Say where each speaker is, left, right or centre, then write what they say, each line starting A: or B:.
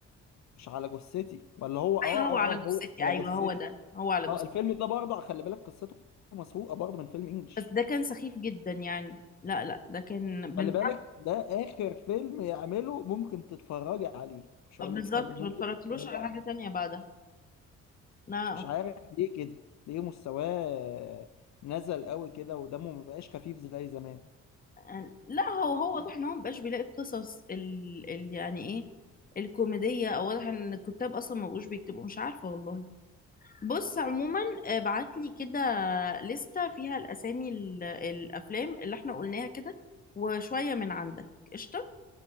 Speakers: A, on the left; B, on the left.
A: مش على جثتي ولا هو اه
B: ايوه هو
A: اه
B: على جثتي
A: اه هو على
B: ايوه
A: جثتي
B: هو ده هو على جثتي
A: اه الفيلم ده برضه خلي بالك قصته مسروقه برضه من فيلم انجلش
B: بس ده كان سخيف جدا يعني لا لا ده كان من
A: خلي بالك ده اخر فيلم يعمله ممكن تتفرجي عليه مش
B: آه،
A: هقول
B: بالظبط
A: لك حلو ممكن
B: ما اتفرجتلوش
A: تتفرجي
B: على
A: عليه
B: حاجة تانية بعدها لا
A: مش عارف ليه كده ليه مستواه نزل قوي كده ودمه مبقاش خفيف زي زمان
B: لا لا، هو هو واضح ان هو مبقاش بيلاقي القصص ال... ال... يعني ايه الكوميدية او واضح ان الكتاب اصلا ما بقوش بيكتبوا مش عارفة والله بص عموما ابعت لي كده لستة فيها الاسامي ال... الافلام اللي احنا قلناها كده وشوية من عندك قشطة